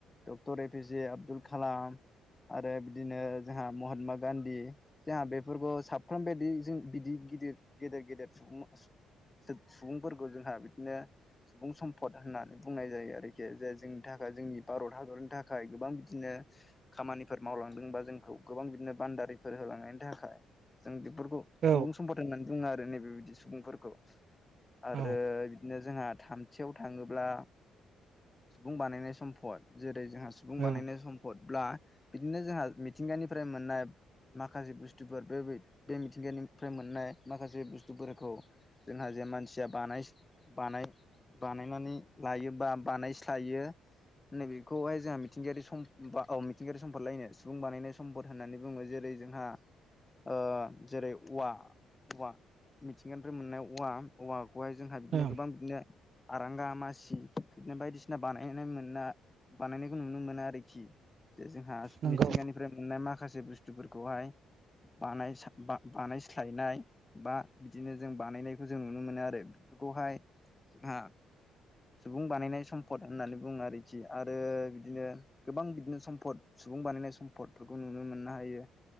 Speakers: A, on the left (about 20°); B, on the right (about 60°).
A: doctor A P J Abdul Kalam आरो बिदिनो जोंहा महात्मा गान्धी जोंहा बेफोरखौ साफ्रोम बायदि जों बिदि गिदिर गेदेर गेदेर सुबुं सुबुंफोरखौ जोंहा बिदिनो सुबुं सम्पद होननानै बुंनाय जायो आरोखि। जे जोंनि था खाय जोंनि भारत हादरनि थाखाय गोबां बिदिनो खामानिफोर मावलांदों बा जोंखौ गोबां बिदिनो बानदारि फोर होलांनायनि थाखाय जों बेफोरखौ
B: औ
A: सुबुं सम्पद होननानै बुङो आरो नैबे बेबादि सुबुंफोरखौ आरो
B: औ
A: बिदिनो जोंहा थामथियाव थाङोब्ला सुबुं बानायनाय सम्फद जे रै जोंहा सुबुं बानायनाय
B: औ
A: सम्पदब्ला बिदिनो जोंहा मिथिंगानिफ्राय मोननाय माखासे बुस्थुफोर बे बे मिथिंगानिफ्राय मोननाय माखासे बुस्थुफोरखौ जोंहा जे मानसिया बानाय बानाय बानायनानै लायो बा बानायस्लायो नै बेखौहाय जोंहा मिथिंगायारि सम औ मिथिंगायारि सम्पद लायनो सुबुं बानायनाय सम्पद होननानै बुङो। जेरै जोंहा ओ जेरै- औवा, औव मिथिंगानिफ्रा मोननाय औवा औवा खौहाय जोंहा बिदिनो
B: ओं
A: गोबां बिदिनो आरांगा, मासि बिदिनो बायदिसिना बानायनाय मोनना बानायनायखौ नुनो मोनो आरोखि। जे जोंहा
B: नंगौ
A: मिथिंगानिफ्राय मोननाय माखासे बुस्थुफोरखौहाय बानाय बानायस्लायनाय बा बिदिनो जों बानायनायखौ जों नुनो मोनो आरो। बेफोरखौहाय जोंहा सुबुं बानायनाय सम्पद होननानै बुङो आरोखि आरो बिदिनो गोबां बिदिनो सम्फद सुबुं बानायनाय सम्फदफोरखौ नुनो मोननो हायो।